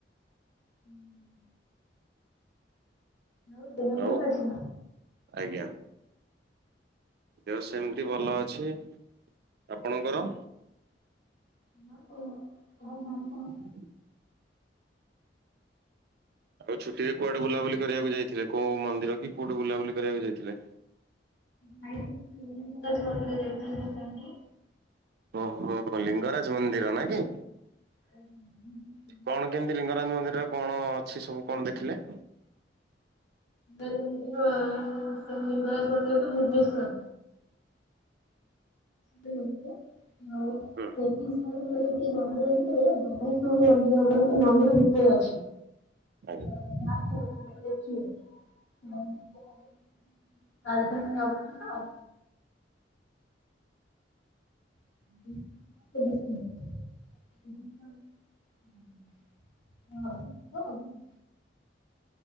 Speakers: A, on the left (about 85°); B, on the right (about 60°).
A: <inaudible> ଆଉ ଦେହ ଭଲ
B: ଆଉ
A: ଅଛି।
B: ଆଜ୍ଞା। ଦେହ ସେମିତି ଭଲ ଅଛି ଆପଣଙ୍କର।
A: <unintelligible> ଘରେ
B: <inaudible>
A: ସମସ୍ତେ
B: ଆଉ ଛୁଟିରେ କୁଆଡେ ବୁଲାବୁଲି କରିବାକୁ ଯାଇଥିଲେ କୋଉ ମନ୍ଦିର କି କୋଉଠେ ବୁଲାବୁଲି କରିବାକୁ ଯାଇଥିଲେ?
A: ଯାଇଥିଲି ଲିଙ୍ଗରାଜ ମନ୍ଦିର ଯାଇଥିଲି <unintelligible>
B: ଓହୋ ଲିଙ୍ଗରାଜ ମନ୍ଦିର ନାଁ କି।
A: ହୁଁ ହୁଁ।
B: କଣ କେମିତି ଲିଙ୍ଗରାଜ ମନ୍ଦିରରେ କଣ ଅଛି ସବୁ କଣ ଦେଖିଲେ?
A: <inaudible> ଲିଙ୍ଗରାଜ ମନ୍ଦିର ତ ଭୁବନେଶ୍ୱର। ହ <inaudible> <inaudible>
B: ହୁଁ
A: ଭଳି ସେ ମନ୍ଦିର ଭିତରେ ବଢ ସ ମନ୍ଦିର ମାନେ ସେ ମନ୍ଦିର ଭିତରେ ଅଛି।
B: ଆଜ୍ଞା।
A: <inaudible> ଦେଖିବେ ମନ ରାଜଧାନୀରେ ଅବସ୍ଥିତ। <inaudible> <inaudible>